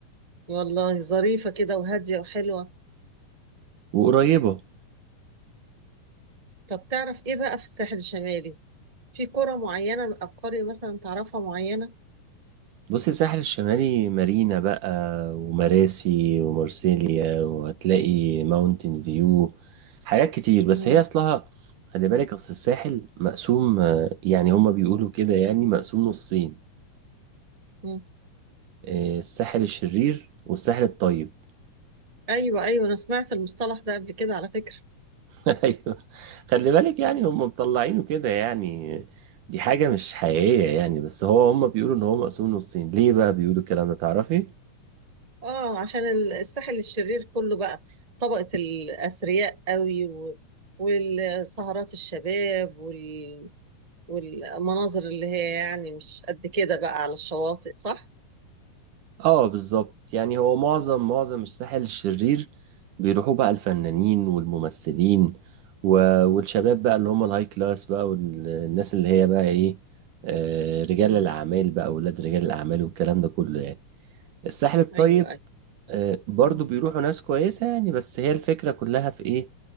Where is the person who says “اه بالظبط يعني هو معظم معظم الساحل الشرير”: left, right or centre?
Right